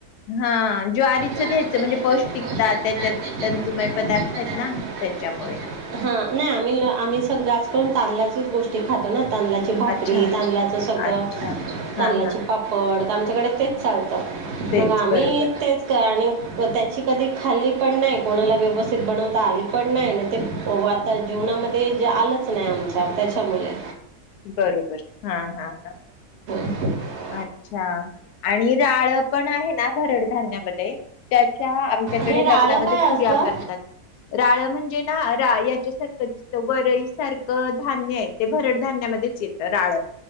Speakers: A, on the left; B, on the right.
A: हा ज् आरीचं
B: ज्वारीचं
A: घ्यायचं म्हणजे पौष्टिकता
B: पौष्टिक
A: त्याच्यात
B: डाळ त्याच्यानंतर
A: तंतुमय
B: मुबई
A: पदार्थ
B: थोडा
A: आहेत
B: त्याच्यामुळे
A: ना त्याच्यामुळेळे
B: नाही आम्ही आम्ही सग जा करून तांदळाचीच गोष्टी खातो ना तांदळाची भाकरी
A: अच्छा,
B: तांद तांदळाचे
A: अच्छा. हां, हां.
B: पापड वाडत आमच्याकडे तेच चालतं
A: तेच
B: मग आम्ही
A: बरोबर,
B: तेच क आणि त्याची कधी खाल्ली पण नाही कोणाला व्यवस्थित बनवता आली पण नाही ते वा जीवनामध्ये आ च नाही आमच्या त्याच्यामुळे
A: बरोबर हा हा हा
B: ह
A: अच्छा आणि राळ पण आहे ना भरडधान्यामध्ये त्याच्या आमच्या
B: हे
A: डे
B: राळं
A: लग्नामध्ये
B: काय
A: पुूऱ्या
B: असतं
A: करतात राळ म्हणजे ना रा याच्यासारखं दिसत वरईसारखं धान्य आहे ते भरड येत राळ